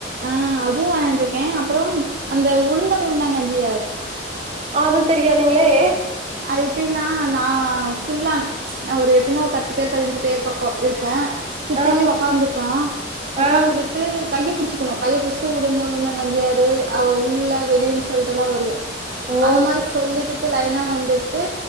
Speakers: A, on the right; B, on the right.
A: ம் அதுவு வெளயான்ட்ருக்கே அப்பறம் அந்த உளுந்தங் உளுந்தங்கஞ்சியார்
B: அது தெரியாதுங்ளே
A: அது எப்டின்னா நா ஃபுல்லான் ந ஒரு எப்டின்னா ஒரு பத்து பேர் பதினஞ்சு பேர் பக்கொ இருப்போ சுத்திலு
B: ஆ
A: ஒக்காந்துப்பா ஒக்காந்துகிட்டு
B: ஆ
A: கைய புடிச்சுக்கணு கைய புடிச்சிட்டு உளுந்த உளுந்த கஞ்சு ஆரு அவ உள்ள வெளியின் சொல்ட்டெல்லா வருவோ
B: ஓ!
A: அந்த மாரி சொல்லிகிட்டு லைனா வந் துட்டு